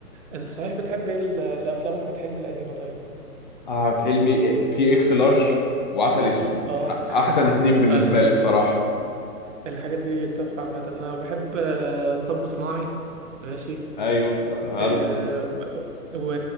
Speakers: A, on the right; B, on the left.
A: انت صحيح بتحب ايه ال- الافلام احمد حلمي القديمه طيب
B: آه، فيلمي إيه، في اكس لارج وعسل اسود
A: اه
B: احسن
A: <laughs>
B: اتنين
A: آه،
B: بالنسبه
A: الحاجات
B: لي بصراحه
A: دي الحاجات دي تحفه عامه انا بحب آه، مطب صناعي ماشي
B: ايوه عارف
A: آه، و...